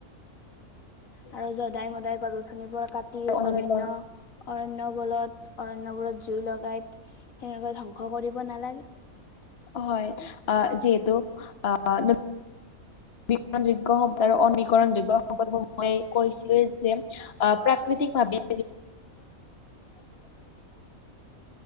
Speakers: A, on the left (about 65°); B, on the left (about 45°).
A: আৰু যদাই-মদাই গছ-গছনিবোৰ কাটি
B: অনবীকৰণ
A: অৰণ্য অৰণ্য বলত, অৰণ্যবোৰত জুই লগাই, সেনেকে ধ্বংস কৰিব নালাগে।
B: হয়, আহ', যিহেতু, আ', - বীকৰণ যোগ্য শব্দ আৰু অনৱীকৰণ যোগ্য সম্পদসমূহে মই কৈছিলহি যে আহ', প্ৰাকৃতিক ভাৱে